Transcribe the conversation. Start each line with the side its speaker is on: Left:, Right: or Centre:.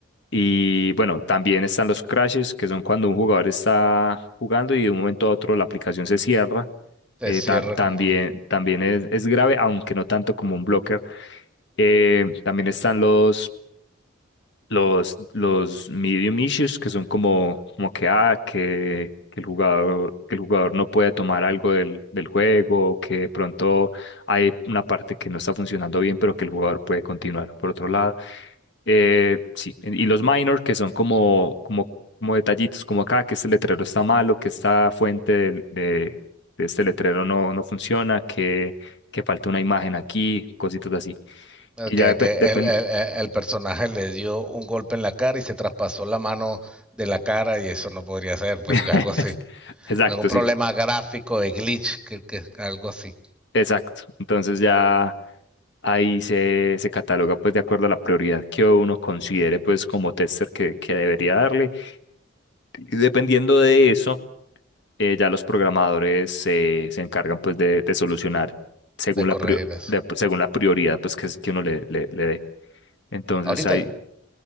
Left: Y bueno, también están los crashes, que son cuando un jugador está jugando y de un momento a otro la aplicación se cierra.
Centre: Se
Left: Eh,
Centre: cierra
Left: tam- también,
Centre: como...
Left: también es, es grave, aunque no tanto como un blocker. Eh, también están los los, los medium issues, que son como, como que, ah, que, que el jugador, que el jugador no puede tomar algo del, del juego, o que de pronto hay una parte que no está funcionando bien, pero que el jugador puede continuar. Por otro lado, eh, sí, y los minor, que son como, como, como detallitos, como acá, que este letrero está malo, que esta fuente del- de, de este letrero no, no funciona, que, que falta una imagen aquí, cositas así. Y
Centre: Okay,
Left: ya depen-
Centre: que
Left: depen-
Centre: el, el- el- el personaje le dio un golpe en la cara y se traspasó la mano de la cara y eso no podría ser, pues
Left: <laughs>
Centre: <laughs> algo así.
Left: Exacto,
Centre: Algún problema
Left: sí,
Centre: gráfico de glitch, que, que algo así,
Left: exacto. Entonces ya ahí se, se cataloga pues de acuerdo a la prioridad que uno considere pues como tester que, que debería darle. Y dependiendo de eso, eh, ya los programadores se se encargan pues de, de solucionar según
Centre: de
Left: la,
Centre: corregir
Left: prio-
Centre: eso.
Left: de- pues, según la prioridad pues que, es- que uno le, le, le dé. Entonces
Centre: Ahorita,
Left: ahí,